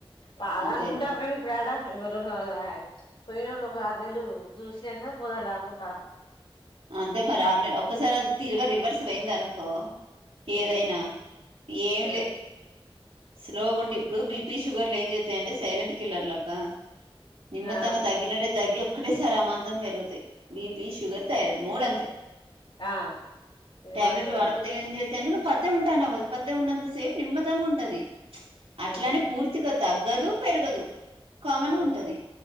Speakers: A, on the left (about 60°); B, on the right (about 85°).
A: బాద
B: అంతేనా
A: అనుకుంటారు కానీ ఇప్పుడు ఏద రెండు పోయిన వాళ్ళు ఒక ఆరు నెలలు చూసినాక పోదాం లేకుంటారు
B: అంట మరి ఆ న ఒకసారి అది తిరిగా రివర్స్ అయింది అనుకో
A: ఉమ్.
B: ఏదైనా ఏం
A: అదే
B: లే స్లోగా ఉండి ఇప్పుడు బీపీ షుగర్లు ఏం చేస్తాయంటే సైలెంట్ కిల్లర్ లాగా నిమ్త్ంగా
A: ఆ
B: తగ్గినట్టే తగగి ఒకక్కటే సారి అమాంతం పెరుగుతాయి బిపి షుగర్ ఎరడు మూర అంతే
A: ఆ ఇది
B: టెబ్లేట్
A: మాత్రం
B: వాళు బ ఏత ఎంచేతే పత్ె ఉంటానువ పత్త్తె ఉన్నంత సేపు నిమ్మదంగా ఉంటది
A: నిజం
B: అట్లా అని పూర్తిగ్ తగ్గదు పెరగదు కామన్
A: హ్మ్
B: గా ఉంటది